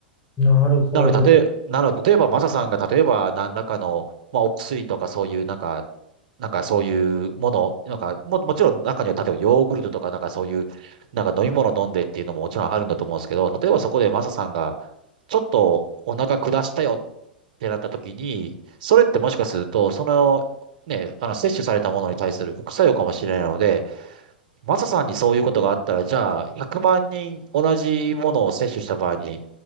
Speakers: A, on the left; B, on the right.
A: なるほど。
B: なので、例え、なので、例えば、マサさんが、例えば、何らかの、まあ、お薬とか、そういう、なんか、なんか、そういうもの、なんか、も、もちろん、中には、例えば、ヨーグルトとか、なんか、そういう、なんか、飲み物飲んでっていうのももちろんあるんだと思うんですけど、例えば、そこで、マサさんが、ちょっと、お腹下したよってなった時に、それってもしかすると、その、ね、あの、摂取されたものに対する副作用かもしれないので、マサさんにそういうことがあったら、じゃあ、100万人同じものを接種した場合に、